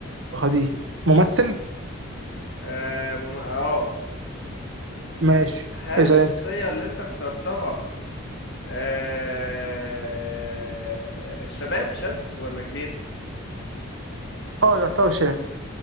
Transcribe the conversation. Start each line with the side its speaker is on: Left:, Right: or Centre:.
Right: دي ممثل؟
Left: اه مم... اه
Right: ماشي
Left: هل
Right: اسال
Left: الشخصيه
Right: انت
Left: اللي انت اخترتها آه... شباب شاب ولا كبير
Right: اه يعتبر شاب